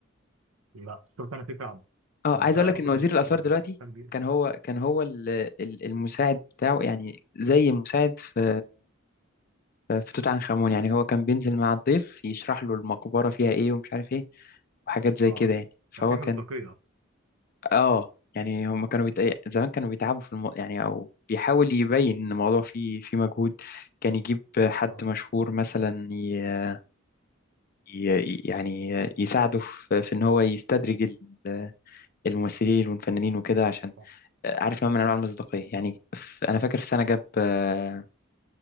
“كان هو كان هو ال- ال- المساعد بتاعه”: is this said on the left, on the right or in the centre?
Left